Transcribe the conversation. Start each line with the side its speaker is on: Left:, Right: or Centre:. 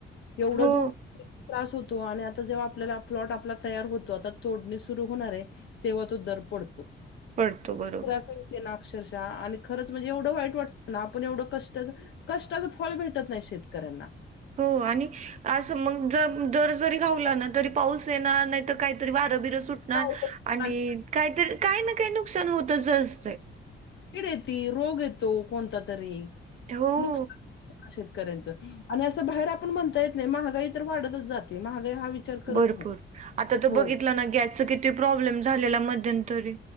Left: एवढा
Right: हो,
Left: दो त्रास होतो आणि आता जेव्हा आपल्याला प्लॉट आपला तयार होतो, आता तोडणी सुरू होणार आहे. तेव्हा तो दर पडतो.
Right: पडतो, बरोबर.
Left: पडतेय ना अक्षरशः आणि खरंच म्हणजे एवढं वाईट वाटतं ना आपण एवढं कष्ट कष्टाचं फळ भेटत नाही शेतकऱ्यांना.
Right: हो आणि असं मग जर दर जरी घाऊला ना तरी पाऊस येणार, नाहीतर काहीतरी वारं बिरं सुट णार
Left: काही काही
Right: आणि काहीतरी काही ना काही नुकसान होतच असतंय.
Left: किड येती, रोग येतो कोणता तरी.
Right: हो.
Left: <unintelligible> शेतकऱ्यांच आणि असं बाहेर आपण म्हणता येत नाही महागाई तर वाढतच जाते महागाई हा- विचार करत
Right: भरपूर.
Left: नाही.
Right: आता तर
Left: हो
Right: बघितलं ना गॅसच किती प्रॉब्लेम झालेला मध्यंतरी.